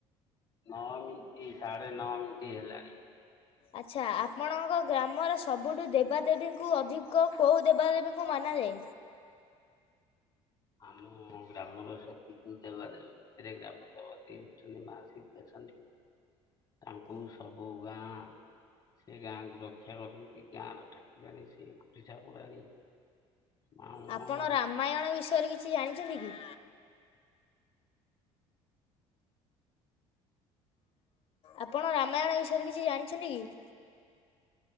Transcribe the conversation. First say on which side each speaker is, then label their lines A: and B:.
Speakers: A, on the left; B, on the left.
A: ନଅ ମିଣ୍ଟି ସାଢ଼େ ନଅ ମିଣ୍ଟି ହେଲାଣି।
B: ଆଚ୍ଛା ଆପଣଙ୍କ ଗ୍ରାମର ସବୁଠୁ ଦେବାଦେବୀଙ୍କୁ ଅଧିକ କେଉଁ ଦେବାଦେବୀଙ୍କୁ ମନାଯାଏ।
A: ଆମ ଗ୍ରାମର ସବୁ <unintelligible> ଦେବା ଦେବି ସେଠାରେ ଗ୍ରାମ ଦେବତୀ ହେଉଚନ୍ତି ମା ଶିରକା ଚଣ୍ଡୀ। ତାଙ୍କୁ ସବୁ ଗାଁ ସେ ଗାଁକୁ ରକ୍ଷା କରୁଛନ୍ତି। ସେ ଗାଁ ର ଠାକୁରାଣୀ ସେ <unintelligible> ଠାକୁରାଣୀ। ମା ମଙ୍ଗଳା
B: ଆପଣ ରାମାୟଣ ବିଷୟରେ କିଛି ଜାଣିଛନ୍ତି କି? ଆପଣ ରାମାୟଣ ବିଷୟରେ କିଛି ଜାଣିଛନ୍ତି କି?